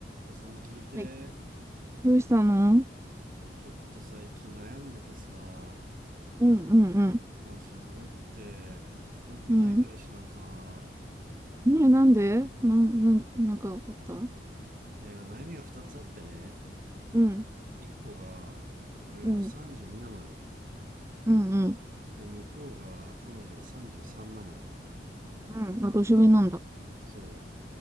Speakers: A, on the right; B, on the right.
A: あさみ聞いて
B: え、どうしたの
A: ちょっと最近悩んでてさ
B: うんうん
A: マジ俺って良くない彼氏なんか
B: うん。うん。ねえ、なんでな、な、なんかあった
A: ないや悩みが2つあってね
B: うん。
A: 1個が俺もう32なのよ
B: うん。うんうん。
A: で向こうが彼女が33なのよ
B: うん。あ、年上なんだ。
A: そ